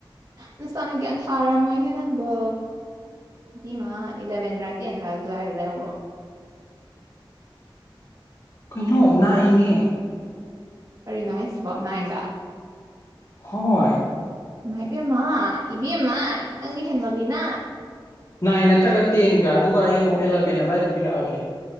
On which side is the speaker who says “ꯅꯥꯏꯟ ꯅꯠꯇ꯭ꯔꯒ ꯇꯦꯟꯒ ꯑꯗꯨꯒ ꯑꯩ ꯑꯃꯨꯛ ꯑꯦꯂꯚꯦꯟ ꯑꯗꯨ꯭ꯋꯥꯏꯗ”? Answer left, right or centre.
Left